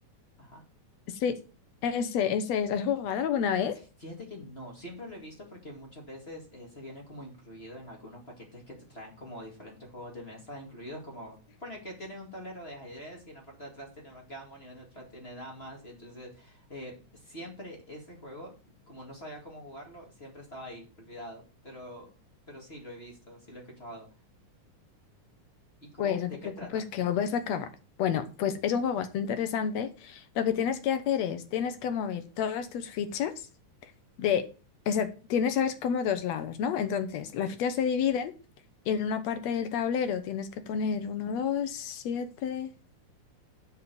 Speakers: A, on the left; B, on the left.
A: Ajá.
B: sí, ese, ese es. ¿Has jugado alguna vez?
A: Fíjate que no, siempre lo he visto porque muchas veces eh, se viene como incluido en algunos paquetes que te traen como diferentes juegos de mesa, incluidos como, ponle que tienes un tablero de ajedrez y en la parte de atrás tiene backgammon y en la otra tiene damas, y entonces eh, siempre ese juego, como no sabía cómo jugarlo, siempre estaba ahí, olvidado, pero, pero sí lo he visto, sí lo he escuchado. ¿Y cómo,
B: Pues no
A: de
B: te preocupes
A: qué trata?
B: que
A: Ujú,
B: hoy vas a acabar. Bueno, pues es un juego bastante interesante. Lo que tienes que hacer es, tienes que mover todas tus fichas de,
A: ujú,
B: o sea, tienes, sabes, como dos lados, ¿no? Entonces,
A: ujú,
B: las fichas se dividen y en una parte del tablero tienes que poner uno 2 7,